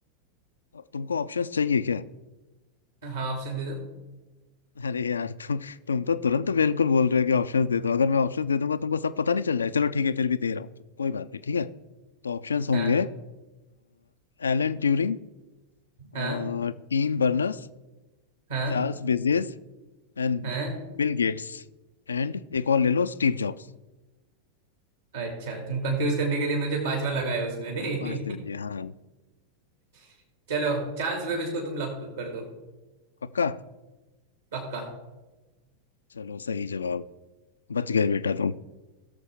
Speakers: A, on the left (about 70°); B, on the right (about 70°).
A: तुमको ऑप्शंस चाहिए क्या
B: हाँ ऑप्शन दे दो
A: अरे यार तु, तुम तो तुरंत बिल्कुल बोल रहे हो कि ऑप्शंस दे दो अगर मैं ऑप्शंस दे दूंगा तुमको सब पता नहीं चल जाएगा चलो ठीक है फिर भी दे रहा हूँ कोई बात नहीं ठीक है तो ऑप्शंस होंगे
B: हाँ
A: Alan Turing
B: हाँ
A: Tim Berners
B: हाँ
A: Charles Babbage And
B: हाँ
A: Bill Gates And एक और ले लो स्टीव जॉब्स
B: अच्छा तुम कंफ्यूज करने के लिए मुझे पांचवा लगाया उसमें नहीं
A: पांच दे दिए हाँ
B: <laughs> चलो चार्ल्स बेबेज को तुम लॉक कर दो
A: पक्का
B: पक्का
A: चलो सही जवाब बच गए बेटा तुम